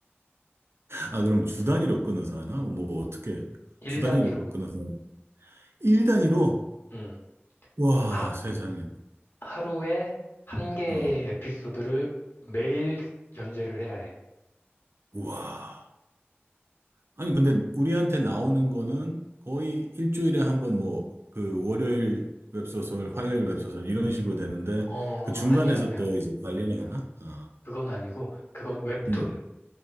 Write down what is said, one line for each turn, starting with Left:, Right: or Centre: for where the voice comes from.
Right: 아, 그럼 주 단위로 끊어서 하나? 뭐 어떻게
Left: 1단위로.
Right: 주 단위로 끊어서 하나? 일 단위로?
Left: 음.
Right: 와,
Left: 하,
Right: 세상에.
Left: 하루에 한 개의
Right: 어.
Left: 에피소드를 매일 연재를 해야 해.
Right: 우와. 아니, 근데 우리한테 나오는 거는 거의 일주일에 한번 뭐, 그 월요일 웹소설, 화요일 웹소설 이런 식으로 되는데
Left: 어,
Right: 그 중간에서
Left: 아니야, 아니야.
Right: 또 이제 관리를 하나? 어.
Left: 그건 아니고, 그건 웹툰.
Right: 음.